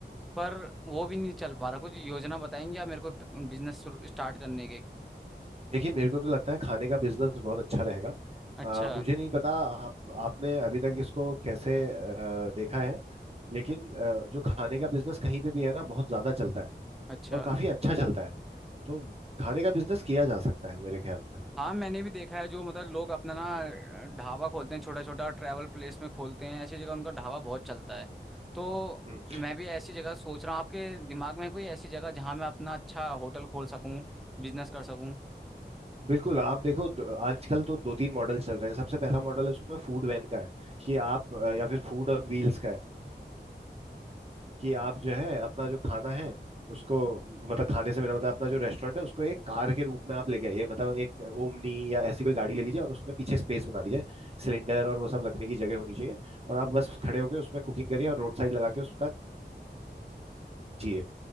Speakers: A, in the centre; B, on the right.
A: पर वो भी नहीं चल पा रहा कुछ योजना बताएंगे आप मेरे को बिजनेस स्टार्ट करने के
B: देखिए मेरे को तो लगता है खाने का बिजनेस बहुत अच्छा रहेगा
A: अच्छा
B: आ, मुझे नहीं पता आप आपने अभी तक इसको कैसे आ, देखा है लेकिन अ, जो खाने का बिजनेस कहीं पे भी है ना बहुत ज्यादा चलता है
A: अच्छा
B: और काफी अच्छा चलता है तो खाने का बिजनेस किया जा सकता है मेरे ख्याल में
A: हाँ मैंने भी देखा है जो मतलब लोग अपना ना ढाबा खोलते हैं छोटा छोटा ट्रैवल प्लेस में खोलते हैं ऐसी जगह उनका ढाबा बहुत चलता है तो
B: हम्म
A: मैं भी ऐसी जगह सोच रहा हूँ आपके दिमाग में है कोई ऐसी जगह जहाँ मैं अपना अच्छा होटल खोल सकूँ बिजनेस कर सकूँ
B: बिल्कुल आप देखो द- आजकल तो दो तीन मॉडल चल रहे हैं सबसे पहला मॉडल है उसमें फूड वैन का है कि आप अ, या फिर फूड ऑन व्हील्स का है कि आप जो है अपना जो खाना है उसको मतलब खाने से मेरा मतलब अपना जो रेस्टोरेंट है उसको एक कार के रूप में आप लेके आइए मतलब एक ओमनी या ऐसी कोई गाड़ी ले लीजिए और उसमें पीछे स्पेस बना दीजिए सिलेंडर और वो सब रखने की जगह होनी चाहिए और आप बस खड़े होकर उसमें कुकिंग करिए और रोड साइड लगा के उसका चाहिए